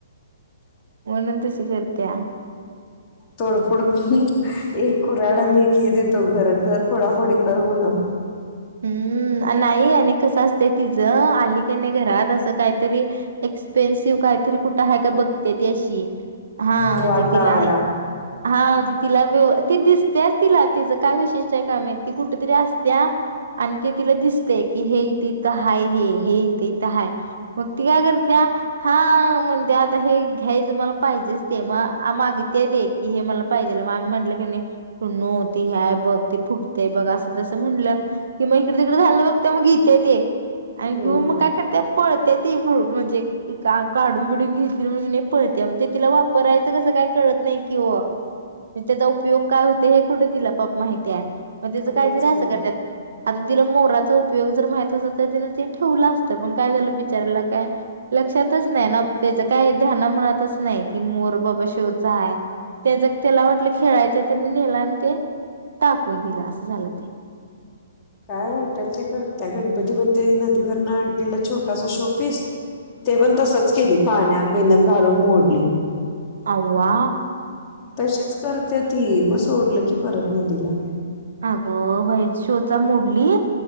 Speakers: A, on the right; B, on the left.
A: म्हणून तशी करत्या
B: तोडफोड. एक कुराडाने एक हे देतो घर घर फोडाफोडी कर म्हणा.
A: हम्म. नाही कस असत ति आली का नाही घरात असं काहीतरी एक्सपेन्सिव काहीतरी कुठं आहे का बघते त अशी. हा
B: वाट
A: म्हणजे
B: लावायला
A: तिला हाय हा म्हजे तिला हो ती दिसतेच तिला तिचं काय विशिष्ट आहे काय माहित ती कुठ तरी असत्या आणि ते तिला दिसतयं की हे इथे इथं हाय हे हे इथे इथं हाय मग ती काय करतेया हा म्हणते आता हे घ्यायचं मला पाहिजेच ते मग मागित दे ते की हे मला पाहिजेल म आम्ही म्हटलं की नायं टुनों ते ह्याय बघ ते फुटतेय बघ असं तसं म्हणलं की म इकडे तिकडें झालं बघते मग घेते ते आणि
B: हम्म
A: घेऊन मग काय करते पळते ती पु म्हणजे का काढून बिडून घेततील म्हणुन ये पळते ते तिला वापरायचं कसं काय कळत नाही की ओ नी त्याचा उपयोग काय होतयं हे कुठं तिला पप माहितीये. म त्याचं काहीतरी
B: होयच की
A: असं करत्यात आता तिला मोराचा उपयोग जर माहित असता तर तिने ते ठेवलं असतं पण काय झालं बिचाऱ्याला काय लक्षातच नायं ना त्याच कायं ध्याना मनातच नायं की मोर बाबा शोचा हाय. त्याज त्याला वाटलं खेळायचं त्यानी नेला आणि ते टाकून दिला असं झालं ते
B: काय वाटेल ते करत्या गणपती पण ते नदीवरन आणलेलं छोटासा शो पीस ते पण तसच केली पाण्यात बिण्यात घालून मोडली.
A: अवा
B: तशीच करते ती मग सोडलं की परत नदीला
A: अगं बाई शो चा मोडली.